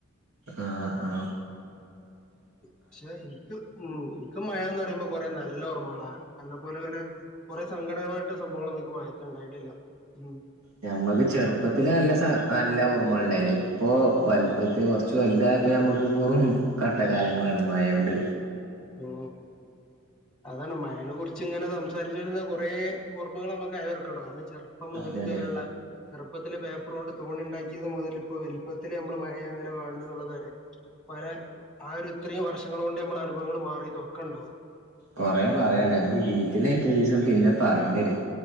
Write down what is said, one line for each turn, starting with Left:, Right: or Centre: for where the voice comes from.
Right: ആ ആ
Centre: പക്ഷെ ഇക്ക് ഉ ഇക്ക മഴന്ന് പറയുമ്പ കൊറെ നല്ല ഓർമ്മകളാണ് എന്നന്ന പോലെ അങ്ങനെ കൊറെേ സങ്കടകമായിട്ടുള്ള സംഭവങ്ങളന്നക്ക് മയ ഉണ്ടായിട്ടില്ല ഉ
Right: നമ്മക്ക് ചെറുപ്പത്തിൽ നല്ല നല്ല ഓർമ്മകൾ ഉണ്ടായിരുന്നു ഇപ്പൊ വലപ്പത്തി കുറച്ച് വലുതായപ്പോ നമുക്ക് വെറും കട്ട കാലങ്ങളാണ് മായ കൊണ്ട്
Centre: ഉ അതാണ് മയനെ കുറിച്ച് ഇങ്ങനെ സംസാരിച്ചു വരുന്ന കൊറെ ഓർമ്മകൾ നമ്മുക്ക്യവറക്കണ്ടോ കാരണം ചെറുപ്പ മുതലധരള്ള
Right: അതെ അതെ
Centre: ചെറുപ്പത്തിലെ പേപ്പ ണ്ട് തോണി ഉണ്ടാക്കിയത് മുതൽ ഇപ്പോ വലുപ്പത്തില് നമ്മൾ മഴ അങ്ങനെ വേുള്ളത് വരെ പല ആ ഒരു ഇത്രയും വർഷങ്ങൾ കൊണ്ട് നമ്മള അനു വിങ്ങൾ മാറിയതും ഒക്കെ ഉണ്ടാവും
Right: കുറെ പറയണ്ട് നമുക്ക് ഡീറ്റെയിൽ ആയിട്ട് ഒര് ദിവസം പിന്നെ പറയേണ്ടി വരും